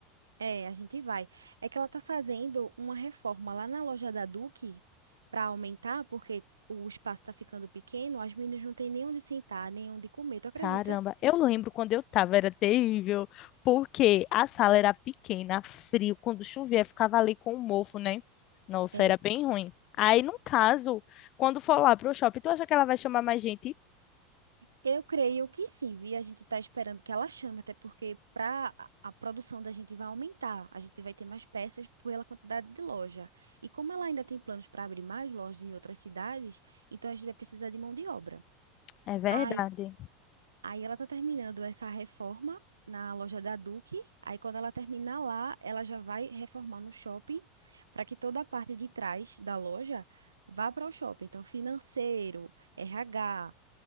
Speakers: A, on the right; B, on the left.
A: É, a gente vai. É que ela tá fazendo uma reforma lá na loja da Duque para aumentar, porque o espaço tá ficando pequeno, as meninas não têm nem onde sentar, nem onde comer, tu acredita?
B: Caramba, eu lembro quando eu tava, era terrível, porque a sala era pequena, frio, quando chovia ficava ali com o mofo, né? Nossa,
A: É.
B: era bem ruim. Aí, no caso, quando for lá pro shopping, tu acha que ela vai chamar mais gente?
A: Eu creio que sim, vi. A gente tá esperando que ela chame, até porque pra a a produção da gente vai aumentar. A gente vai ter mais peças pela quantidade de loja. E como ela ainda tem planos para abrir mais lojas em outras cidades, então a gente vai precisar de mão de obra.
B: É verdade.
A: Ai, Aí ela tá terminando essa reforma na loja da Duque. Aí quando ela terminar lá, ela já vai reformar no shopping para que toda a parte de trás da loja vá para o shopping. Então, financeiro, RH,